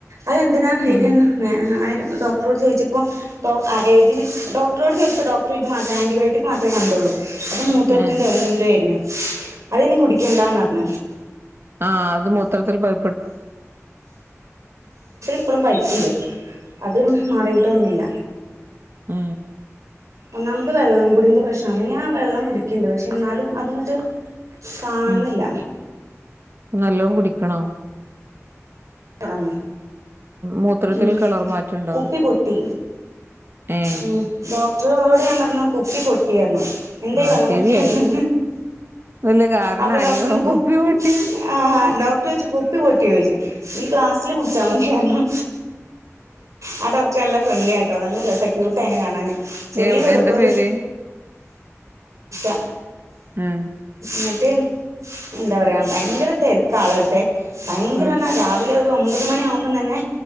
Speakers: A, on the right; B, on the right.
A: അയെന്തിനാ എഴ്‌തീന്ന്
B: ഉം
A: മേ അയ് ഡോക്ടറോട് ചോയിച്ചപ്പോ ഡോക് ആ എഴ്തിന് ഡോക്ടറോഡ് ചോയിച്ചപ്പോ ഡോക്ടർ ഇത് മാത്രേ ആന്റിബയോട്ടിക് മാത്രേ കണ്ടൊള്ളൂ. അത് മൂത്ത്രത്തിന്റോ
B: ഏഹ്
A: എന്തിന്റോര്ന്ന്. അത് ഇനി കുടിക്കെണ്ടാന്ന് പർൺ
B: ആ അത് മൂത്രത്തിൽ പൈ
A: എപ്പളും പൈപ്പ്ണ്ട്. അത് മാറിയിട്ടൊന്നുല്ല.
B: ഏ
A: ഒന്നാമത് വെള്ളം കുടിന്റെ പ്രശ്നാണ് ഞാ വെള്ളം കുടിക്കിണ്ട് പക്ഷെ ഇന്നാലും അത്ങ്ങട്ട് കാണ്ന്ന്ല്ല.
B: ഉം നല്ലോം കുടിക്കണോ?
A: ങ്ങേറാണ്.
B: മൂത്രത്തിൽ
A: ഉം
B: കളർ മാറ്റണ്ടോ
A: കുപ്പി പൊട്ടി
B: ഏ
A: ഉം ഡോ റ്ററോഡ് ഞാൻ പറഞ്ഞു കുപ്പി പൊട്ടി പർണു എന്തെ
B: ആഹ്
A: വെള്ളം
B: ശരിയായി
A: കുടിക്കാഞ്ഞെ
B: വല്യ കാരണായി
A: അപ്പം ഡോക്ടർ പർണു കുപ്പി
B: പൊട്ടി
A: ആ ഡോക്ടർ ചോയിച്ചു കു കുപ്പി പൊട്ടിയോ ചോയിച്ച് നീ ക്ലാസ്സില് കുടിച്ചാ മതി പർണു ആ ഡോക്ടർ നല്ല ഫ്രണ്ട്ലി ആട്ടോ നല്ല രസാ ക്യൂട്ടാ അയിനെ കാണാൻ ചെറിയൊര്
B: എ എന്താ പേര്
A: <unintelligible>
B: ഉം
A: ഇന്നട്ട് എത്താ പറയാ ദയങ്കര തെരക്കാ ആളെ അട്ത്തെ ഭയങ്കരാ
B: ഉം
A: പർണാ രാ ഒര് ഒമ്പത് മണി ആവുമ്പം തന്നെ